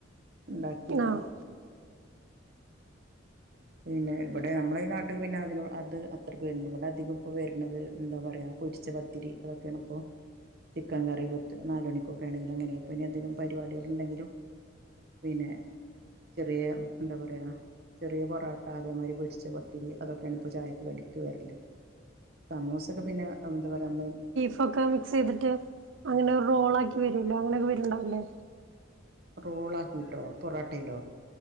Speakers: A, on the right; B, on the right.
A: ഇണ്ടാക്കിന്നള്ളു
B: ആഹ്
A: പിന്നെ ഇബ്ടെ നമ്മള ഈ നാട്ടിക്ക് പിന്നെ അതിന അത് അത്രയ്ക്ക് വരുന്നുണ്ട് ഇബിടെ അധികം ഇപ്പോ വരുന്നത് എന്താ പറയാ പൊരിച്ച പത്തിരി അതൊക്കെയാണ് പ്പൊ ചിക്കൻ കറി കുത്ത് നാല് മണിക്കൊക്കെആണെങ്കിലും അങ്ങനെപ്പൊ പിന്നെന്തെങ്കിലും പരിപാടികൾ ഉണ്ടെങ്കിലും പിന്നെ.. ചെറിയ എന്ത പറയാ ചെറിയ <unintelligible> പൊറാട്ട അതേമാതിരി പൊരിച്ച പത്തിരി അതൊക്കെയാണ് ഇപ്പോചായയ്ക്ക് കടിക്ക് വരല് സമോസക്കെ പിന്നെ എന്താ പറയാ നമ്മള
B: ഇപ്പൊക്കെ മിക്സിയ്തിട്ട് അങ്ങനെ ഒരു റോൾ ആക്കി വരുല്ലോ അങ്ങനൊക്കെ വരുണ്ടാവൂല്ലേ
A: റോൾ ആക്കിയിട്ടോ പൊറോട്ടയിലോ